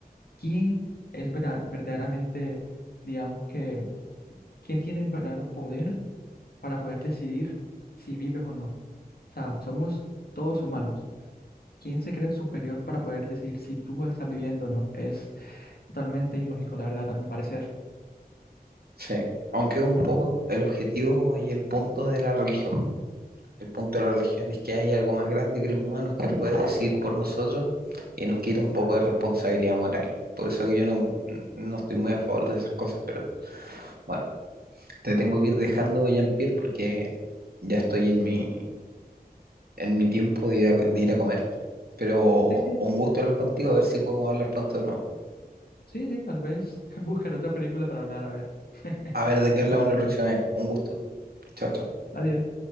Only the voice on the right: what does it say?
Sí, aunque es un poco el objetivo y el punto de la religión. El punto de la religión es que hay algo más grande que los humanos que puede decir por nosotros y nos quita un
poco de responsabilidad moral. Por eso que yo no, no estoy muy a favor de esas cosas, pero bueno, te tengo que ir dejando, Jean-Pierre, porque ya estoy en mi, en mi tiempo de ir a, de ir a comer. Pero
un gusto hablar contigo, a ver si podemos hablar pronto de nuevo.
A ver de qué hablamos
la próxima vez. Un gusto. Chao, chao.